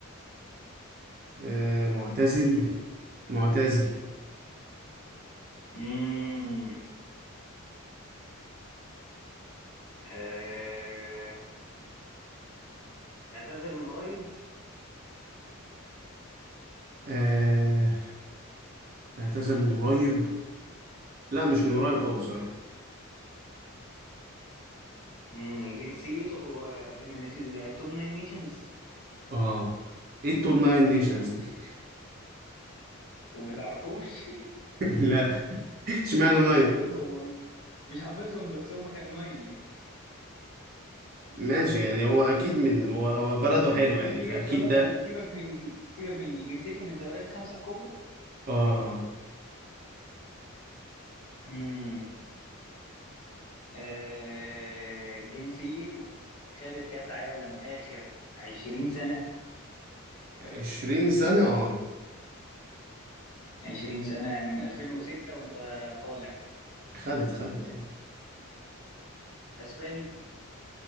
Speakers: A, on the right; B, on the left.
A: آه معتزل معتزل
B: مم. آه... اعتزل من قريب
A: آه اعتزل من قريب لا مش من قريب قوي بصراحة
B: مم، جنسيته هو من التوب ناين نيشنز
A: اه ايه التوب ناين نيشنز <laughs>
B: وبتعرفهمش
A: لا اشمعنى
B: <laughs>
A: ناين
B: مش حافظهم والله مش حافظهم بس هم كانوا ناين يعني
A: ماشي يعني هو اكيد من هو, هو بلده حلو
B: جنسية
A: يعني فاكيد
B: خلاص
A: ده
B: سيبك من دي سيبك من دي جنسيته من الدوريات الخمسة الكبرى
A: اه آه.
B: مم. آه... جنسيته خدت كأس عالم آخر 20 سنة
A: عشرين سنة اه
B: 20 سنة يعني من 2006 وانت طالع
A: خدت خدت يعني
B: اسباني